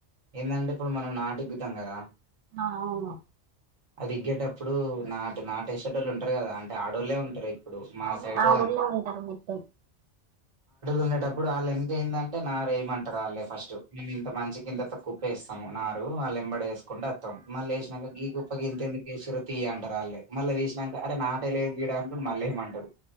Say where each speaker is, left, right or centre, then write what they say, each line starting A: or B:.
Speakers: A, on the right; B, on the right.
A: ఏంటంటే ఇప్పుడు మనం నాటుఇగ్గుతం కదా
B: ఆ అవును
A: అది ఇగ్గేటప్పుడు నాటు నాటే ఉంటారు కదా అంటే ఆడోళ్లే ఉంటారు ఇప్పుడు మా
B: అవును
A: సైడు
B: ఆడోళ్ళే
A: అ
B: ఉంటారు మొత్తం
A: ఉండేటప్పుడు వాళ్లంత ఏందంటే నారయ్యమంటారు వాళ్ళ ఫస్ట్ మేము ఇంత మంచికి ఇంత కుప్పేస్తాము నారు వాళ్ళేం బడే వేసుకుంటా వస్తాం మళ్ళ నక గీ గుప్ప గింత ఎందుకేషిర్రు తీయ అంటారు వాళ్లే మళ్ళ తీసినంక అరే నాటే లేదు గీడ అనీ మళ్ళ అంటారు